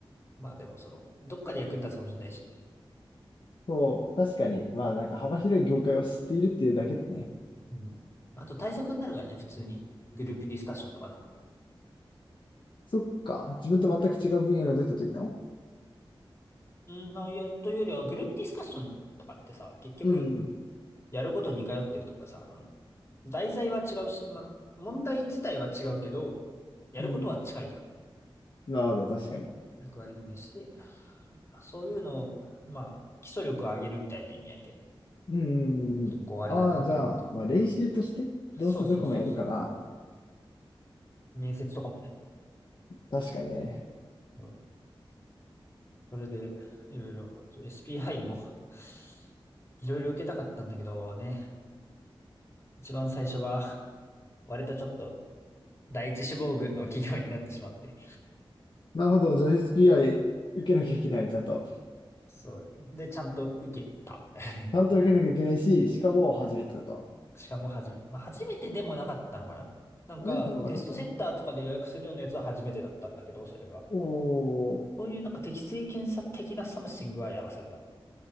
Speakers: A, on the left (about 30°); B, on the left (about 60°).
A: まあでもその、どっかで役に立つかもしれないし、
B: そう、確かに、まあなんか幅広い業界を知っているっていうだけでね、
A: うん。まあと対策になるからね、普通に。グループディスカッションとかの。
B: そっか。自分と全く違う分野が出た時の
A: うん、まあ、いや、というよりは、グループディスカッションとかってさ、結局、
B: うん、
A: やること似通ってるというかさ、その、題材は違うし、まあ、問題自体は違うけど、やることは近いじゃん。
B: うん。うんなるほど、確かに。
A: 役割決めして、そういうのを、まあ、基礎力を上げるみたいな意味合いで、
B: うん、う
A: 結構ありだなと思って。
B: ん、うんうん。ああ、じゃあ、まあ練習として、
A: そうそうそうそ
B: どうせどこもやるから、
A: う。面接とかもね。
B: 確かにね。
A: うん。それで、いろいろ、ちょ SPI も <laughs> いろいろ受けたかったんだけどね、一番最初が、割とちょっと、第一志望群の企業になってしまって。
B: なるほど、じゃあ SPI 受けなきゃいけない、ちゃんと。
A: そう。で、ちゃんと受けた。<laughs>
B: ちゃんと受けなきゃいけないし、しかも初めてだと。
A: しかも初めて。まあ、初めてでもなかったのかななんか、
B: 初めてでもなかった。
A: テストセンターとかで予約するようなやつは初めてだったんだけど、それが。
B: おお、
A: そういうなんか適性検査的なサムシングはやらされた。